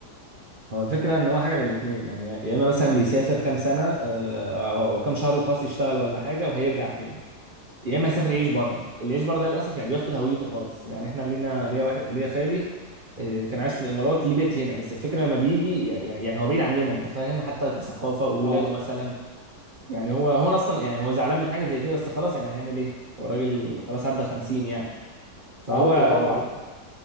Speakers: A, on the right; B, on the left.
A: هو الفكرة ان هو حاجة من الاتنين يعني يا اما مثلا بيسافر كام سنة آه، او أو كام شهر وخلاص يشتغل ولا حاجة وهيرجع تاني يا اما يسافر يعيش بره اللي يعيش بره ده للاسف يعني بيفقد هويته خالص يعني احنا لينا ليا واحد ليا خالي آه، كان عايش في الامارات ليه بيت هنا بس الفكرة لما بيجي يع- يع- يعني هو بعيد عننا انت فاهم حتى كثقافة واولاده
B: اه
A: مثلا يعني هو هو أنا اصلا يعني هو زعلان من حاجة زي كده بس خلاص يعني هيعمل ايه هو راجل خلاص عدى 50 يعني فهو
B: عودة
A: آه،
B: طبعا